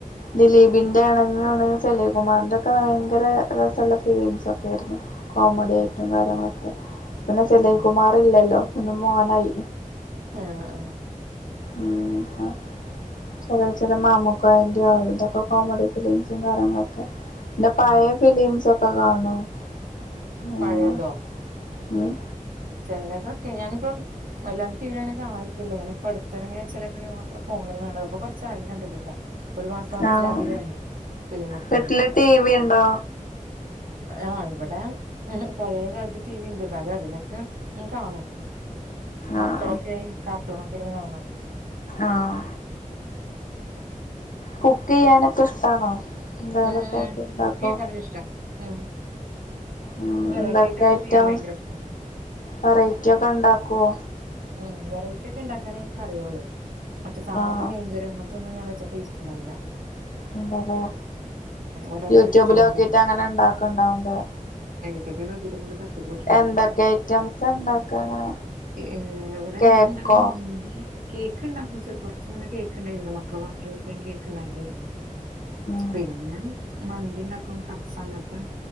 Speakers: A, on the left; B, on the right.
A: ദിലീപിന്റെ ആണെങ്കെിൽ ശെലീ കുമാറിന്റെ ഒക്കെ ങ്കര രസമല്ല ഫീലിംസൊക്കെ ആയിരുന്നു കോമഡി ആയിട്ടും. കാര്യങ്ങളൊക്കെ. പിന്നെ സലീകുമാർ
B: ഉം
A: ഇല്ലല്ലോ പിന്നെ മോനായി
B: ആഹ് ആഹ്
A: ഉ ച ചില മാമൂകോയന്റെ അവര്തൊക്ക ഒ കോമഡി ഫിലിംസും. കാര്യങ്ങളൊക്കെ എന്റെ പഴയ
B: ഉം
A: ഫിലിംസ്. ഒക്കെ കാണും. അങ്ങനെ
B: പഴയതോ?
A: ഉം
B: ചിലതൊക്കെ ഞാനിപ്പം വല്ലാണ്ട് ടി വിൽ അങ്ങനെ കാണാരിക്കില്ലേ ഞാനിപ്പ അടുത്തിറങ്ങിയ ചിലി മാത്ര <unintelligible> കൊറച്ചായി കണ്ടിട്ടിട്ടോ. ഒരു മാസത്തിലധികമായി
A: ആഹ്
B: ഫിലിമൊക്ക്
A: വീട്ടില്
B: കണ്ടിട്ട്
A: ടി വി ഉണ്ടോ
B: ആ ഇവിടെ പഴയ കാലത്ത് ടി വി ഉണ്ട്. ന്നാലും അതിലൊെ ഞാൻ കാണും മക്കളൊക്കെ
A: ആഹ്
B: കാർട്ടൂൺണൊക്കെ ഇരുന്ന് കാണും.
A: ആഹ കുക്ക് ചെയ്യാനൊക്കെ ഇഷ്ടാണോ? എന്തെങ്കിലൊക്കെ
B: ഉം
A: ആയിട്ട് ഇണ്ടാക്കോ
B: കുട്ടിയൊക്കാക്ക ഇഷ്ടം ഉം
A: ഉ
B: ക്ക് വെറൈറ്റി
A: എന്തൊക്കെ
B: ആയിട്ടൊക്കെ
A: ഐറ്റം
B: ചെയ്യാൻ ഭയങ്കര ഇഷ്ടാ
A: വെറൈറ്റി ഒക്കെ ഉണ്ടാക്കുവോ?
B: ഉ വെറൈറ്റി ഒക്കെ ഉണ്ടാക്കാൻ എനിക്ക് അറിയുള്ളൂ മറ്റേ സാധാ
A: ആഹ്
B: മീൻ കറിഒനും ഇതൊന്നുംഞൻ വെച്ച ടേസ്റ്റ് ഇണ്ടാവൂല്ല
A: ഇന്തല്ലെ
B: ഒരാൾക്ക്
A: യൂട്യൂബിലോക്കിട്ട്
B: ഇഷ്ടാവും ചെയ്യും
A: അങ്ങനെ ഇണ്ടാക്ക്ണ്ടാവുംലോ
B: <unintelligible> ഉണ്ടാക്കും
A: എന്തൊക്കെ ഐറ്റംസ് ഉണ്ടാക്ക അങ്ങനെ?
B: ഏ എവിടെ
A: കേക്കോ
B: ഞാൻ ണ്ടാക്കുന്ന മന്തി കേക്ക് ഉണ്ടാക്കും കുറച്ച് മുന്നേ കേക്ക്ണ്ടാക്കും കൊറച്ചുമുന്നേ കേക്കണ്ട് മക്കളെ ബർത്ത്ഡേക്കെ ഞാ കേക്ക്ണ്ടാക്കിരുന്നു
A: ഉം
B: പിന്നെ മന്തിണ്ടാക്കും കപ്സ അങ്ങൻത്തെ